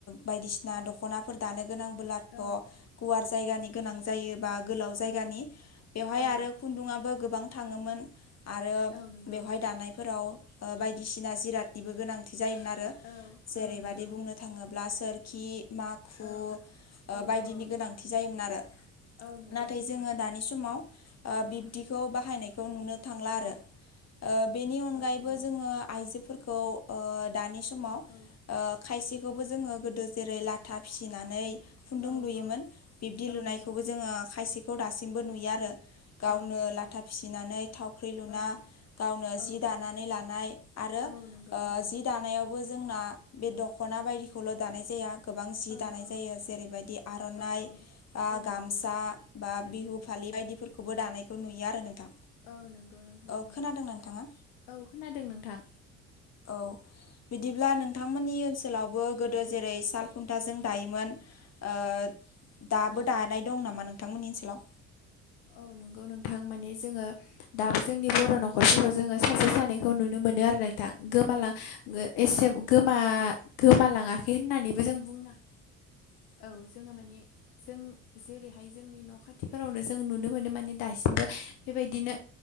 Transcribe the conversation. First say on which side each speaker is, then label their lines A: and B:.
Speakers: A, on the left; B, on the left.
A: बायदिसिना दख'नाफोर दानो गोनांबोलाथ'
B: औ
A: गुवार जायगानि गोनां जायोबा गोलाव जायगानि।
B: औ
A: बेवहाय
B: औ
A: आरो खुन्दुआो गोबां थाङोमोन आरो
B: औ नंगौ
A: बेवहाय दानायफोराव ओ बायदिसिना जिरादनिबो गोनांथि जायोमोन आरो।
B: औ
A: जेरैबादि
B: औ नंगौ
A: बुंनो थाङोब्ला सोर खि माखु
B: औ
A: ओ
B: औ
A: बायदिनि
B: औ
A: गोनांथि जायोमोन आरो।
B: औ नंगौ
A: नाथाय
B: नोंथां
A: जोङो दानि समाव ओ बिब्दिखौ बाहायनाय खौ नुनो थांला
B: औ
A: आरो। ओ बेनि अनगायैबो
B: औ नंगौ
A: जोङो आइजोफोरखौ ओ दानि समाव
B: औ
A: ओ खायसेखौबो जोङो गोदो जेरै लाथा फिसिनानै खुन्दुं
B: औ
A: लुयोमोन।
B: औ
A: बिब्दि लुनायखौबो
B: औ नंगौ
A: जोङो खायसेखौ दासिमबो नुयो आरो। गावनो
B: औ नंगौ
A: लाथा फिसिनानै थावख्रि लुना
B: औ
A: गावनो
B: औ
A: जि दानानै
B: औ
A: लानाय आरो
B: औ नंगौ
A: ओ जि दानायावबो जोंना बे दख'ना बायदिखौल' दानाय जाया गोबां जि
B: औ
A: दानाय
B: औ
A: जायो जेरैबायदि आर'नाइ
B: औ
A: ओ
B: औ
A: गामसा
B: नंगौ
A: बा बिहु फालि बायदिफोरखौबो दानायखौ नुयो आरो नोंथां।
B: औ नंगौ नोंथां
A: ओ
B: नंगौ
A: खोनादोंना नोंथाङा?
B: औ खोनादों नोंथां।
A: औ बिदिब्ला नोंथांमोननि ओनसोलावबो गोदो
B: औ
A: जेरै साल खुन्थाजों दायोमोन ओ दाबो
B: औ
A: दानाय दं नामा नोंथांमोननि ओनसोलाव?
B: औ नोंगौ नोंथां माने जोङो दाबो जोंनि बर' न'खरफोराव जोङो सासे सानैखौ नुनो मोनो आरो नोंथां गोमालां यो एसे गोमा गोमालाङाखै होननानैबो जों बुं
A: <inaudible>
B: औ जोङो माने जों जेरैहाय जोंनि न' खाथि फोरावनो जों नुनो मोनो माने दासिमबो बेबायदिनो